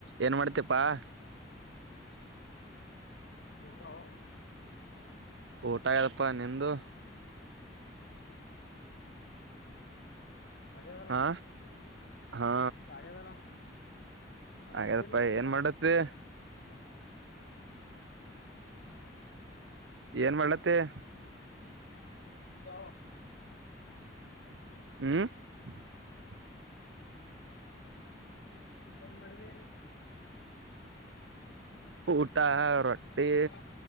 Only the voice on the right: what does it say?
ಏನ್ ಮಾಡತ್ತಿ ಪ್ಪಾ? <unintelligible>
ಊಟ ಹೇಳ್ ಪ್ಪಾ ನಿಂದು? <unintelligible>
ಹಾ
ಹಾ
ಹಾಗದಪ್ಪಾ
ಏನ್
ಮಾಡತ್ತೆ
ಏನ್ ಮಾಡಳ್ಳತ್ತಿ? <unintelligible>
<inaudible>
ಊಟ ರೊಟ್ಟಿ